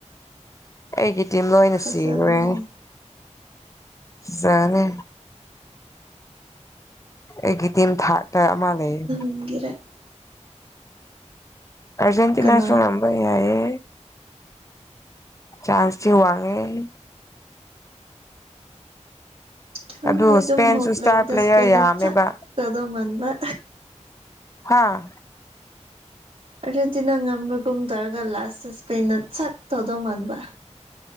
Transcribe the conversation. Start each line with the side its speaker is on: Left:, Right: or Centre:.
Left: ꯑꯩꯒꯤꯗꯤ ꯂꯣꯏꯅ
Right: ꯐꯖꯕꯅꯤꯅꯦ
Left: ꯁꯤꯈ꯭ꯔꯦ ꯆꯥꯅꯤ ꯑꯩꯒꯤ ꯇꯤꯝ ꯊꯥꯔꯇ ꯑꯃ ꯂꯩꯌꯦ
Right: ꯔ <unintelligible>
Left: ꯑꯔꯖꯦꯟꯇꯤꯅꯥꯁꯨ
Right: ꯀꯅꯥ
Left: ꯉꯝꯕ ꯌꯥꯏꯌꯦ ꯆꯥꯟꯁꯇꯤ ꯋꯥꯡꯉꯦ
Right: ꯈꯪꯗꯦ
Left: ꯑꯗꯨ ꯏꯁꯄꯦꯟꯁꯨ
Right: ꯑꯗꯨꯝ ꯍꯣꯞ
Left: ꯏꯁꯇꯥꯔ
Right: ꯂꯩꯕꯗ
Left: ꯄ꯭ꯂꯦꯌꯔ
Right: ꯏꯁꯄꯦꯟꯅ
Left: ꯌꯥꯝꯃꯦꯕ
Right: ꯆꯛ ꯇꯧꯗꯧ ꯃꯥꯟꯕ
Left: ꯍꯥꯥ
Right: ꯑꯔꯖꯦꯟꯇꯤꯅ ꯉꯝꯕꯒꯨꯝ ꯇꯧꯔꯒ ꯂꯥꯁꯇ ꯏꯁꯄꯦꯟ ꯁꯛ ꯇꯧꯗꯧ ꯃꯥꯟꯕ